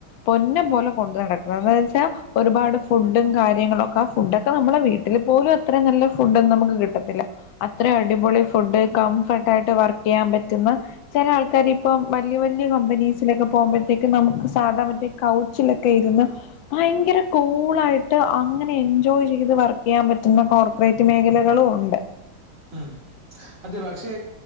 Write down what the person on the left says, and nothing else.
പൊന്നും പോലെ കൊണ്ടു നടക്കുന്നത് എന്താന്നച്ചാൽ ഒരുപാട് ഫുഡും കാര്യങ്ങളൊക്ക ഫുഡ്ഒക്കെ നമ്മള വീട്ടിൽ പോലും അത്രേ നല്ല ഫുഡൊന്നും നമുക്ക് കിട്ടത്തില്ല. അത്ര അടിപൊളി ഫുഡ് കംഫർട്ട് ആയിട്ട് വർക്കെയ്യാൻ പറ്റുന്ന ചെല ആൾക്കാർ ഇപ്പം വല്യ വല്യ കമ്പനീസിലൊക്കെ പോകുമ്പോഴത്തേക്കും നമുക്ക് സാധാ മറ്റേ കൗച്ചിലൊക്കെ ഇരുന്ന് ഭയങ്കര കൂളായിട്ട് അങ്ങനെ എ ജോയ് ചെയ്ത് വർക്ക് ചെയ്യാൻ പറ്റുന്ന കോർപ്പറേറ്റ് മേഖലകളും ഉണ്ട്